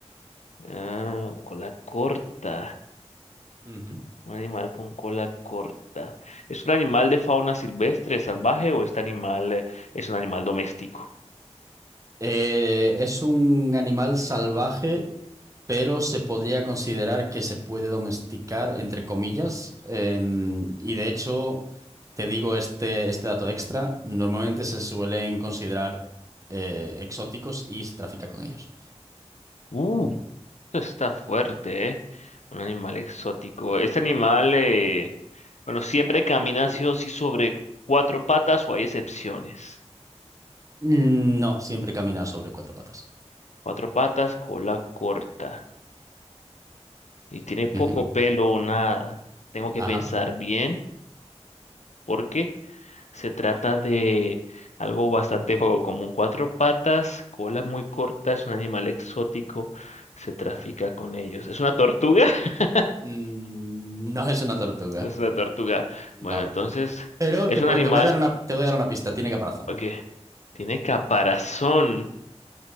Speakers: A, on the left (about 80°); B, on the right (about 30°).
A: ah, cola corta.
B: Ujú.
A: Un animal con cola corta. ¿Es un animal de fauna silvestre, salvaje o este animal eh, es un animal doméstico?
B: Eh, es un animal salvaje pero se podría considerar que se puede domesticar, entre comillas, em, y de hecho, te digo este, este dato extra, normalmente se suelen considerar eh, exóticos y se trafica con ellos.
A: Uh, esto está fuerte, ¿eh? Un animal exótico. Este animal, eh, bueno, siempre camina sí o sí sobre cuatro patas o hay excepciones.
B: Mm, No, siempre camina sobre cuatro patas.
A: Cuatro patas, cola corta. Y tiene poco
B: Ujú,
A: pelo o nada. Tengo que
B: Ajá.
A: pensar bien porque Se trata de algo bastante poco común. Cuatro patas, cola muy corta, es un animal exótico, se trafica con ellos. ¿Es una tortuga? <laughs>
B: Mm, No es una tortuga,
A: No es una tortuga.
B: no.
A: Bueno, entonces
B: Pero
A: es
B: te, puedo-
A: un animal
B: te voy a dar una, te voy a dar una pista, tiene caparazón.
A: que tiene caparazón